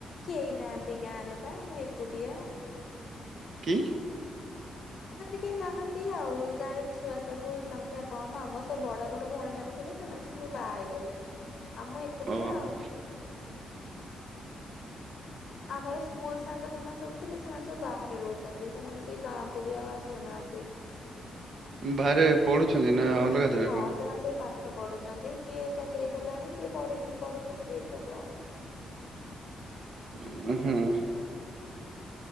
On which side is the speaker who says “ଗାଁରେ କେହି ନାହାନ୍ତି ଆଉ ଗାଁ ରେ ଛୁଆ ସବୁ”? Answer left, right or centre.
Left